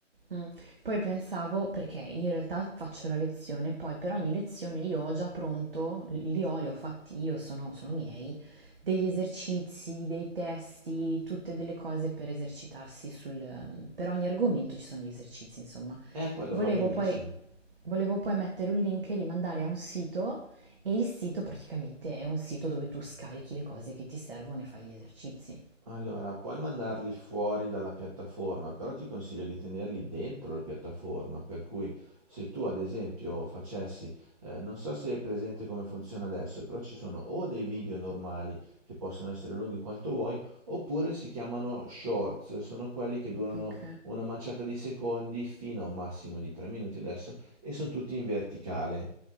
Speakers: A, on the right (about 45°); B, on the right (about 25°).
A: Mm. Poi pensavo, perché in realtà faccio la lezione, poi per ogni lezione io ho già pronto, li ho, li ho fatti io, sono, sono miei, degli esercizi, dei testi, tutte delle cose per esercitarsi sul... Per ogni argomento ci sono gli esercizi, insomma.
B: E Eh, quello
A: Volevo
B: va benissimo.
A: poi, volevo poi mettere un link e rimandare a un sito e il sito praticamente è un sito dove tu scarichi le cose che ti servono e fai gli esercizi.
B: Allora, puoi mandarli fuori dalla piattaforma, però ti consiglio di tenerli dentro la piattaforma, per cui se tu ad esempio facessi, eh, non so se è presente come funziona adesso, però ci sono o dei video normali che possono essere lunghi quanto vuoi, oppure si chiamano shorts, sono quelli che durano
A: Ok.
B: una manciata di secondi fino a un massimo di 3 minuti adesso e sono tutti in verticale.